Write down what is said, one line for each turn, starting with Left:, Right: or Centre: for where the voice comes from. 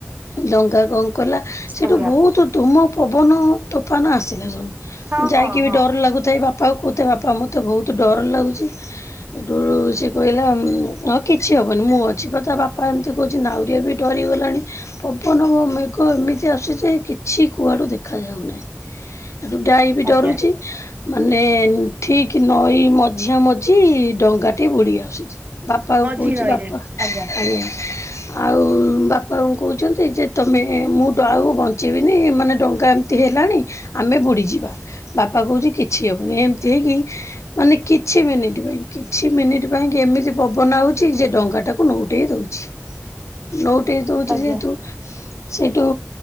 Left: ଡଙ୍ଗା କଣ କଲା। ସେଠୁ
Right: ଆଜ୍ଞା
Left: ବହୁତୁ ଧୋମ ପବନ ତୋଫାନ ଆସିଲା ସବୁ।
Right: ହଁ
Left: ଯାଇକି
Right: ହଁ
Left: ବି
Right: ହଁ
Left: ଡର୍ ଲାଗୁଥାଏ ବାପା କୁ କହୁଥାଏ ବାପା ମତେ ବହୁତୁ ଡର ଲାଗୁଚି। ହେଠୁ ସିଏ କହିଲା ହଁ କିଛି ହବନି ମୁଁ ଅ ଛିବା ତା ବାପା ଏମତି କହୁଛି ନାଉରିଆ ବି ଡରିଗଲାଣି। ପବନ ମେଘ ଏମିତି ଆସୁଚି କିଛି କୁଆଡୁ ଦେଖା ଯାଉନାହିଁ। ଡାଈ ବି ଡରୁଛି।
Right: ଆଜ୍ଞା
Left: ମାନେ ଠିକ୍ ନଈ ମଝିଆ ମଝି ଡଙ୍ଗାଟି ବୁଡ଼ି ଆସୁଛି। ବାପାକୁ କହୁଛି
Right: ଝି ନଈରେ
Left: ବାପା
Right: ଆଜ୍ଞା
Left: ଆଞା। ଆଉ ବାପାଙ୍କୁ କହୁଛନ୍ତି ଯେ ତମେ ମୁଁ ଡ ଆଉକୁ ବଞ୍ଚେଇବିନି ମାନେ ଡଙ୍ଗା ଏମତି ଏ ହେଲାଣି ଆମେ ବୁଡ଼ିଯିବା ବାପା କହୁଛି କିଛି ହବନି ଏମିତି ହେଇକି ମାନେ କିଛି ମିନିଟ ପାଇଁ କିଛି ମିନିଟ ପାଇଁ କି ଏମିତି ପବନ ହଉଛି ଯେ ଡଙ୍ଗା ଟା ନଉଟେ ଦଉଛି ନଉଟେ ଦଉଛି
Right: ଆଜ୍ଞା
Left: ଯେହେତୁ ସେଇଠୁ